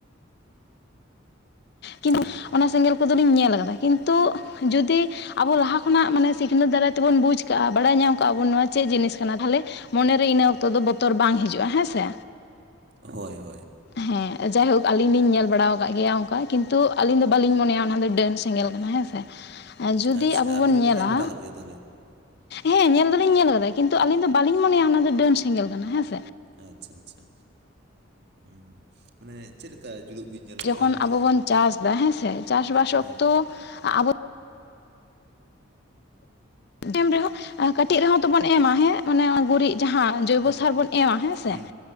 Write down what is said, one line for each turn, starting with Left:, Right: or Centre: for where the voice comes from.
Left: ᱠᱤᱱᱛᱩ
Right: ᱦᱮᱞᱳ
Left: ᱚᱱᱟ ᱥᱮᱸᱜᱮᱞ ᱠᱚᱫᱚᱞᱤᱧ ᱧᱮᱞ ᱠᱟᱫᱟ᱾ ᱠᱤᱱᱛᱩ ᱡᱩᱫᱤ ᱟᱵᱚ ᱞᱟᱦᱟ ᱠᱷᱚᱱᱟᱜ ᱢᱟᱱᱮ ᱥᱤᱠᱷᱱᱟᱹᱛ ᱫᱟᱨᱟᱭ ᱛᱮᱵᱚᱱ ᱵᱩᱡᱽ ᱠᱟᱜ-ᱟ, ᱵᱟᱲᱟᱭ ᱧᱟᱢ ᱠᱟᱜ-ᱟ, ᱵᱚᱱ ᱱᱚᱣᱟ ᱪᱮᱫ ᱡᱤᱱᱤᱥ ᱠᱟᱱᱟ ᱛᱟᱞᱦᱮ ᱢᱚᱱᱮ ᱨᱮ ᱤᱱᱟᱹ ᱚᱠᱛᱚ ᱫᱚ ᱵᱚᱛᱚᱨ ᱵᱟᱝ ᱦᱤᱡᱩᱜ-ᱟ, ᱦᱮᱸ ᱥᱮ᱾
Right: ᱦᱳᱭᱻᱦᱳᱭᱻ᱾
Left: ᱦᱮᱸ ᱡᱟᱭᱦᱳᱠ ᱟᱞᱤᱧ ᱞᱤᱧ ᱧᱮᱞ ᱵᱟᱲᱟ ᱠᱟᱜ ᱜᱮᱭᱟ ᱚᱱᱠᱟ᱾ ᱠᱤᱱᱛᱩ ᱟᱹᱞᱤᱧ ᱫᱚ ᱵᱟᱞᱤᱧ ᱢᱚᱱᱮᱭᱟ ᱚᱱᱟ ᱫᱚ ᱰᱟᱺᱱ ᱥᱮᱸᱜᱮᱞ ᱠᱟᱱᱟ, ᱦᱮᱸ ᱥᱮ᱾ ᱡᱩᱫᱤ
Right: ᱟᱪᱪᱷᱟ
Left: ᱟᱵᱚ
Right: ᱟᱹᱵᱤᱱ
Left: ᱵᱚᱱ
Right: ᱦᱚᱸᱵᱤᱱ
Left: ᱧᱮᱞᱟ
Right: ᱧᱮᱞ ᱵᱟᱲᱟ ᱟᱠᱟᱫ ᱜᱮᱭᱟ ᱛᱟᱦᱚᱞᱮ
Left: ᱦᱮᱸ ᱧᱮᱞ ᱫᱚᱞᱤᱧ ᱧᱮᱞ ᱠᱟᱫᱟ ᱠᱤᱱᱛᱩ ᱟᱞᱤᱧ ᱫᱚ ᱵᱟᱞᱤᱧ ᱢᱚᱱᱮᱭᱟ ᱚᱱᱟ ᱫᱚ ᱰᱟᱺᱱ ᱥᱮᱸᱜᱮᱞ ᱠᱟᱱᱟ, ᱦᱮᱸ ᱥᱮ᱾
Right: ᱟᱪᱷᱟᱻᱟᱪᱷᱟᱻ᱾ ᱦᱩᱸ ᱢᱟᱱᱮ ᱪᱮᱫ ᱞᱮᱠᱟ ᱡᱩᱞᱩᱜ? ᱧᱮᱞ ᱟᱠᱟᱫᱟ
Left: ᱡᱚᱠᱷᱚᱱ
Right: ᱢᱟᱱᱮ
Left: ᱟᱵᱚ ᱵᱚᱱ ᱪᱟᱥ ᱫᱟ, ᱦᱮᱸᱥᱮ ᱪᱟᱥᱼᱵᱟᱥ
Right: ᱦᱮᱸ
Left: ᱚᱠᱛᱚ ᱟᱵᱚ ᱮᱢ ᱨᱮᱦᱚᱸ ᱠᱟᱴᱤᱜ ᱨᱮᱦᱚᱸ ᱛᱵᱚᱱ ᱮᱢᱟ ᱦᱮᱸ ᱢᱟᱱᱮ ᱜᱩᱨᱤᱜ ᱡᱟᱦᱟᱸ ᱡᱳᱭᱵᱳ
Right: ᱦᱮᱸ
Left: ᱥᱟᱨ ᱵᱚᱱ ᱮᱢᱟ, ᱦᱮᱸ ᱥᱮ
Right: ᱦᱩᱸ